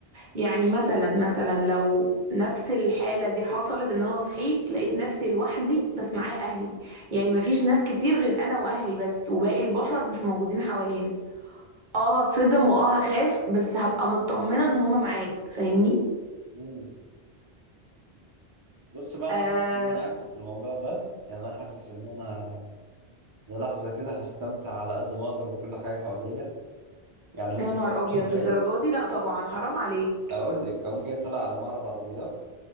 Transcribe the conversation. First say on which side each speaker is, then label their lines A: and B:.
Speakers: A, on the right; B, on the right.
A: يعني مثلا مثلا لو نفس الحالة دي حصلت ان انا صحيت لقيت نفسي لوحدي بس معايا اهلي يعني مفيش ناس كتير غير انا واهلي بس وباقي البشر مش موجودين حوالينا اه هتصدم واه هخاف بس هبقى مطمنة ان هما معايا فاهمني
B: مم. بص بقى انا
A: آه
B: حاسس ان انا عكسك في الموضوع ده يعني انا حاسس ان انا للحظة كده هستمتع على قد ما أقدر بكل حاجة حواليا يعني ممكن
A: يا نهار
B: مثلا
A: ابيض
B: أقوم جاي
A: للدرجة دي لا طبعا حرام عليك
B: أقول لك أقوم جاي طالع على معرض عربيات